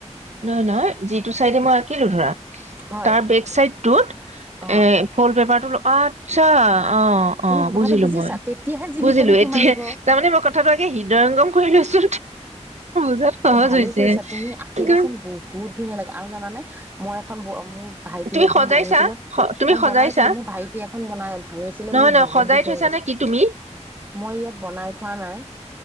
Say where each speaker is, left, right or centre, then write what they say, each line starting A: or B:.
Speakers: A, on the right; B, on the right.
A: নহয়, নহয় যিটো চাইডে মই আঁকিলো ধৰা
B: হয়
A: তাৰ বেক চাইডত
B: অ
A: এফ'ৰ পেপা আচ্ছা। অ', অ',
B: তুমি কথাটো
A: বুজিলো
B: বুজিছা
A: মই
B: তেতিয়াহে জিলিকনিটো
A: বুজিলো এতিয়া
B: মাৰিব
A: তাৰমানে মই কথাটো আগে হৃদয়ংগম কৰি লৈছো। <unintelligible>
B: ভালে
A: হৈছে
B: কৰিছা তুমি আ
A: কিন্তু
B: এই বাচন বহুত বহুত ধুনীয়া লাগে আৰু জানা নাই মই এখন মোৰ ভাইটি
A: তুমি
B: এখন
A: সজাইছা
B: ভাঙিছিলে
A: স- তুমি
B: মই
A: সজাইছা
B: বনাইছিলো মোৰ ভাইটি এখন বনাই ভাঙিছিলে
A: নহয়
B: মোৰ
A: নহয়
B: বহুত
A: সজাই
B: দুখ
A: থৈছা
B: লাগি গৈছিল,
A: নে কি তুমি
B: মই ইয়াত বনাই থোৱা নাই।